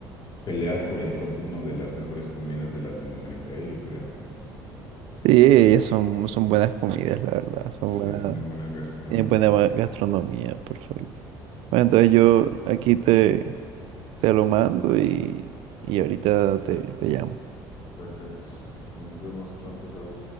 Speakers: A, on the left (about 50°); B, on the right (about 70°).
A: peleas por el top uno de las mejores comidas de Latinoamérica, eh, yo creo.
B: sí, son, son buenas comidas, la verdad. Son
A: Sí,
B: buenas,
A: tienen buena gastronomía.
B: tienen buena ba- gastronomía, perfecto. Bueno, entonces yo aquí te, Te lo mando y, y ahorita te, te llamo.
A: Perfecto. Nos vemos entonces, Raúl.